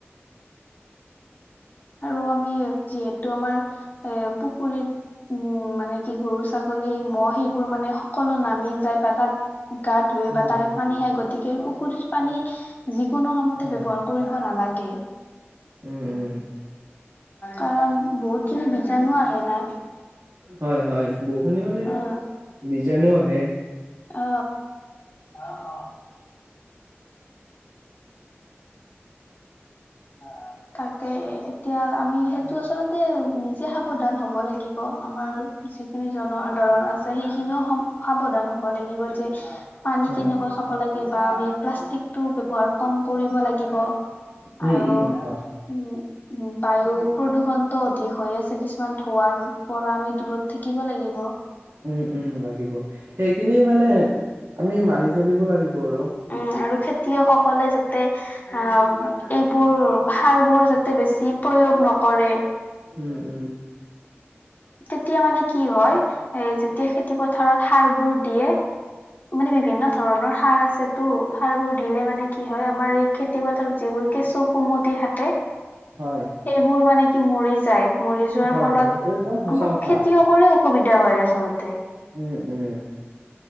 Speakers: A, on the left; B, on the right.
A: আৰু আমি যিহেতু আমাৰ এ পুখুৰীত উম, মানে কি গৰু ছাগলী, মহ' সেইবোৰ মানে সকলো নামি যায়, বা তাত গা ধুৱে
B: উম
A: বা তাৰে
B: উম
A: পানী খায়। গতিকে সেই পুখুৰীৰ পানী যিকোনো কামতে
B: হয়
A: ব্যৱহাৰ কৰিব নালাগে।
B: উম উম
A: কাৰণ বহুত খিনি বীজাণু আহে না।
B: হয়- হয়, বহুখিনি মানে
A: অ
B: বীজাণু আহে।
A: অ। অ- অ- আ। তাকে হে এতিয়া আমি সেইটো আচলতে তে নিজে সাৱধান হ'ব লাগিব আমাৰ, যিখিনি জনসাধাৰণ আছে। সেইখিনিও সম সাৱধান হ'ব লাগিব যে পানী
B: হয়
A: কেনেকৈ খাব। লাগে বা আমি প্লাষ্টিক টো ব্যবহাৰ কম কৰিব লাগিব।
B: উম-
A: আৰু
B: উম, হয়।
A: উম, বায়ু প্ৰদূষণতটো অধিক হৈ আছে। কিছুমান থুৱাৰ পৰা আমি দূৰত থাকিব লাগিব।
B: উম- উম, লাগিব। সেইখিনি মানে আমি মানি চলিব লাগিব আৰু।
A: উম, আৰু খেতিয়কসকলে যাতে অ, এইবোৰ সাৰ বোৰ যাতে তে বেছি প্ৰয়োগ নকৰে।
B: উম- উম।
A: তেতিয়া মানে কি হয়, এ যেতিয়া খেতি পথাৰত সাৰ বোৰ দিয়ে মানে বিভিন্ন ধৰণৰ সাৰ আছে। তটো সাৰ বোৰ দিলে মানে কি হয়, আমাৰ এই খেতি পথাৰ যিবোৰ কেঁচু কুমতি থাকে।
B: হয়।
A: সেইবোৰ মানে কি মৰি যায়। মৰি যোৱাৰ
B: হয়
A: ফলত
B: হয় সেইটো একদম সঁচা
A: আমাৰ
B: কথা
A: খেতিয়কৰে অসুবিধা হয় আচলতে।
B: উম- উম।